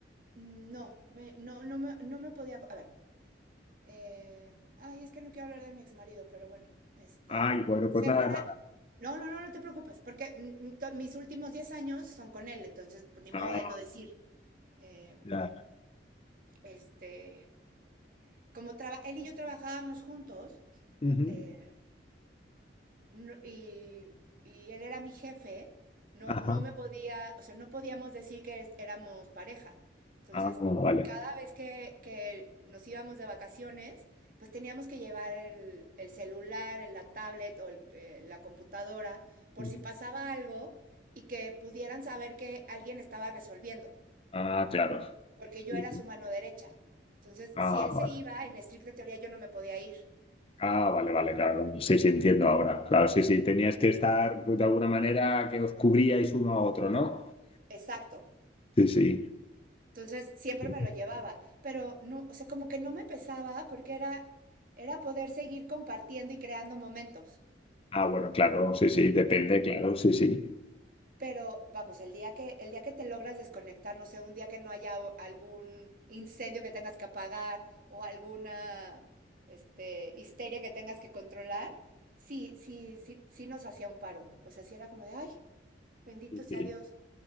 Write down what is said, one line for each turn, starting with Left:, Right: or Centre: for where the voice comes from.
Right: no, me, no, no me, no me podía. A ver. eh, ay, es que no quiero hablar de mi exmarido, pero bueno, este.
Left: Ay, bueno,
Right: Genera.
Left: pues nada, nada.
Right: No, no, no, no te preocupes, porque mm, mm, to- mis últimos 10 años son con él, entonces pues, ni modo
Left: Ah,
Right: de no decir. eh,
Left: ya.
Right: este, como traba, él y yo trabajábamos juntos
Left: Ujú.
Right: eh, no- y, y él era mi jefe, no,
Left: Ajá.
Right: no me podía, o sea, no podíamos decir que es- éramos pareja. Entonces,
Left: Ah, vale.
Right: cada vez que, que nos íbamos de vacaciones, pues teníamos que llevar el, el celular, la tablet o el- eh, la computadora por
Left: Ujú.
Right: si pasaba algo y que pudieran saber que alguien estaba resolviendo.
Left: Ah, claro.
Right: porque yo
Left: Sí,
Right: era
Left: sí.
Right: su mano derecha. Entonces,
Left: Ah,
Right: si él
Left: vale.
Right: se iba, en estricta teoría yo no me podía ir.
Left: Ah, vale, vale, claro. Sí, sí, entiendo ahora. Claro, sí, sí. Tenías que estar de alguna manera que os cubríais uno a otro, ¿no?
Right: Exacto.
Left: Sí, sí.
Right: Entonces, siempre
Left: Sí.
Right: me lo llevaba, pero no, o sea, como que no me pesaba porque era era poder seguir compartiendo y creando momentos.
Left: Ah, bueno, claro, sí, sí, depende, claro, sí, sí.
Right: Pero vamos, el día que el día que te logras desconectar, no sé, un día que no haya algún incendio que tengas que apagar o alguna este histeria que tengas que controlar, sí, sí, sí, sí nos hacía un paro. O sea, sí era como de, ay, bendito
Left: Sí,
Right: sea
Left: sí.
Right: Dios